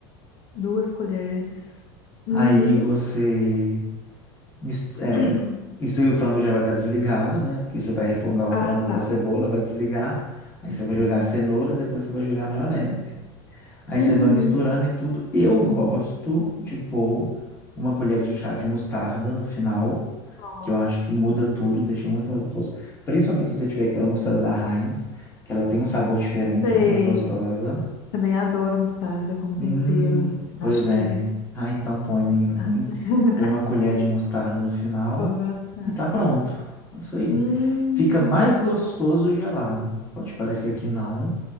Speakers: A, on the left; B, on the left.
A: Duas colheres. Uhum.
B: Aí você. mis- é,
A: <clears throat>
B: isso aí o frango já vai estar desligado, né? Porque você vai refogar o
A: Ah,
B: frango
A: tá.
B: com a cebola, vai desligar. Aí você
A: Entendi.
B: vai jogar a cenoura, depois você vai jogar a maionese. Aí
A: Uhum.
B: você vai misturando e tudo. Eu gosto de pôr uma colher de chá de mostarda no final,
A: Nossa.
B: que eu acho que muda tudo, deixa muito mais gostoso. Principalmente se você tiver aquela mostarda da Heinz, que ela tem um sabor diferente,
A: Sei.
B: ela é mais gostosa.
A: Também adoro mostarda como
B: Hum,
A: tempero. Acho
B: pois é.
A: que
B: Ah, então põe,
A: vou
B: amiga.
A: gostar.
B: Põe,
A: <laughs>
B: põe uma colher de mostarda no final
A: Vou gostar.
B: e tá pronto. É Isso aí.
A: Hum.
B: Fica mais gostoso gelado. Pode parecer que não,